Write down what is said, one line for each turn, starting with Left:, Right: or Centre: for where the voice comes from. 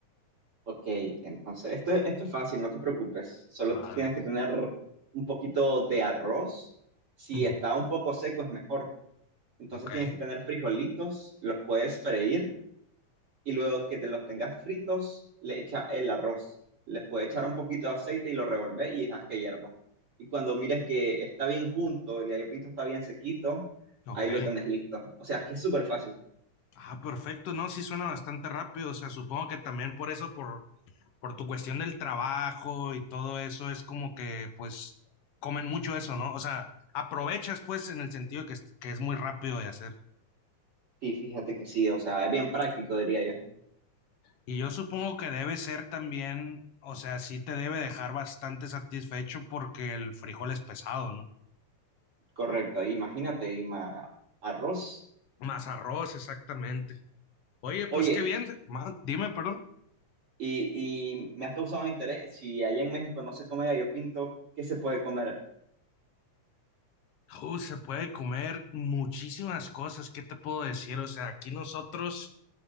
Right: Ok, entonces esto, esto es fácil, no te preocupes. Solo
Left: A
Right: tienes
Left: ver.
Right: que tener un poquito de arroz. Si
Left: Ujú.
Right: está un poco seco es mejor. Entonces
Left: Ok,
Right: tienes que tener frijolitos, los puedes freír y luego que te los tengas fritos, le echa el arroz. Les puedes echar un poquito de aceite y lo revolver y dejas que hierva. Y cuando mires que está bien junto, el gallo pinto está bien sequito,
Left: ok.
Right: ahí lo tenés listo. O sea, es que es súper fácil.
Left: Ah, perfecto, no, sí suena bastante rápido, o sea, supongo que también por eso, por, por tu cuestión del trabajo y todo eso, es como que pues comen mucho eso, ¿no? O sea, aprovechas pues en el sentido que es, que es muy rápido de hacer.
Right: Sí, fíjate que sí, o sea, es bien práctico, diría yo.
Left: Y yo supongo que debe ser también, o sea, sí te debe dejar bastante satisfecho porque el frijol es pesado, ¿no?
Right: Correcto, imagínate, ima- arroz.
Left: Más arroz, exactamente. Oye, pues
Right: Oye,
Left: qué bien, ma- dime, perdón.
Right: y, y me has causado interés, si allá en México no se come gallo pinto, ¿qué se puede comer?
Left: Uh, se puede comer muchísimas cosas, ¿qué te puedo decir? O sea, aquí nosotros